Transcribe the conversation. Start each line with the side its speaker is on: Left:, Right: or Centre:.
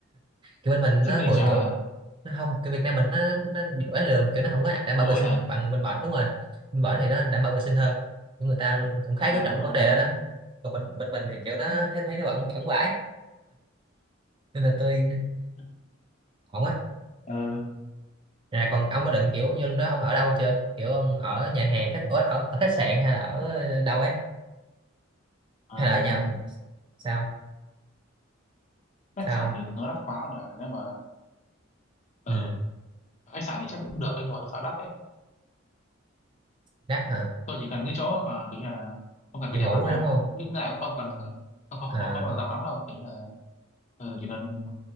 Right: kiểu bên mình
Left: Signature
Right: nó bụi bụi
Left: hả?
Right: nó không cái Việt Nam mình nó nó bị bán lường kiểu nó không có đảm bảo
Left: Bỗi
Right: vệ sinh
Left: hả?
Right: bằng bên bển đúng rồi bên bển thì nó đảm bảo vệ sinh hơn nhưng người ta cũng khá
Left: À
Right: chú trọng
Left: đúng rồi
Right: vấn
Left: tôi
Right: đề
Left: thấy.
Right: đó đó còn bên bên mình thì kiểu nó thấy thấy nó bẩn bẩn vãi nên là tôi
Left: <laughs>
Right: ổn á
Left: Ừ.
Right: à, còn ông có định kiểu vô lúc đó ông ở đâu chưa kiểu ông ở nhà hàng khách ở, ở, ở khách sạn hay là ở đâu ấy
Left: Ờ,
Right: hay là ở nhà
Left: ờ,
Right: sao
Left: khách
Right: sao
Left: sạn thì nó đắt quá không nhỉ? Nếu mà ờ,
Right: ừ.
Left: khách sạn thì chắc cũng được đấy, nhưng mà tôi sợ đắt đấy.
Right: đắt hả
Left: Tôi chỉ cần cái chỗ mà kiểu như là không cần phải
Right: chị ngủ
Left: đẹp lắm
Right: thôi
Left: nha.
Right: đúng không
Left: Không- Với lại cũng không cần không không,
Right: à
Left: không, không cần rộng lắm đâu. Kiểu như là ờ, chỉ cần